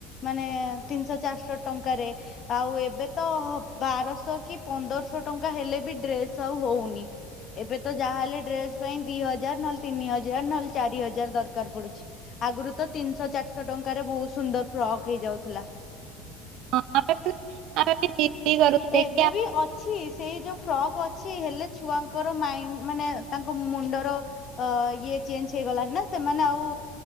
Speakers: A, on the left; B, on the right.
A: ମାନେ ତିନିଶହ ଚାରିଶହ ଟଙ୍କାରେ। ଆଉ ଏବେ ତ ବାରଶହ କି ପନ୍ଦରଶହ ଟଙ୍କା ହେଲେ ବି ଡ୍ରେସ ଆଉ ହଉନି। ଏବେ ତ ଯାହାହେଲେ ଡ୍ରେସ ପାଇଁ ଦି ହଜାର ନହେଲେ ତିନି ହଜାର ନହେଲେ ଚାରି ହଜାର ଦରକାର ପଡୁଛି। ଆଗରୁ ତ ତିନିଶହ ଚାରିଶହ ଟଙ୍କାରେ ବହୁତ ସୁନ୍ଦର ଫ୍ରକ୍ ହେଇଯାଉଥିଲା।
B: ହଁ ଆମେ ବିଆମେ ବି <unintelligible> କରୁଥିଲେ
A: ଏବେ
B: କି
A: ବି ଅ ଅଛି ସେଇ ଯୋଉ ଫ୍ରକ୍ ଅଛି ହେଲେ ଛୁଆଙ୍କର ମାଇଣ୍ଡ ମାନେ ତାଙ୍କ ମୁଣ୍ଡର ଅ ଇଏ ଚେଞ୍ଜ ହେଇଗଲାଣି ନା ସେମାନେ ଆଉ